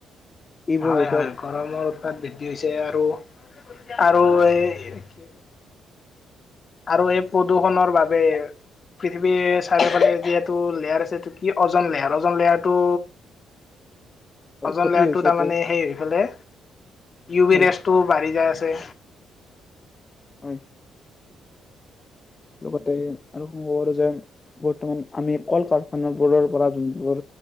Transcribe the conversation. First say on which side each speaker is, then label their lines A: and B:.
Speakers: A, on the left; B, on the left.
A: এইবোৰ
B: হয়
A: ৰোধে
B: হয়, গৰমৰ উৎপাত বৃদ্ধি হৈছে আৰু আৰু এই কি আৰু এই প্ৰদূষণৰ বাবে পৃথিৱীৰ চাৰিওফালে যিহেটো লেয়াৰ আছে, এইটো কি অ'জন লেয়াৰ, অ'জন লেয়াৰটো
A: হয়
B: অ'জন
A: ক্ষতি
B: লেয়াৰটো
A: হৈছেটো
B: তাৰমানে সেইফালে ইউ ভি
A: হয়
B: ৰেছটোও বাঢ়ি যায় আছে।
A: হয়। লগতে আৰু ক'ব পাৰো যে বৰ্তমান আমি কল-কাৰখানা বোৰৰ পৰা যোনবোৰ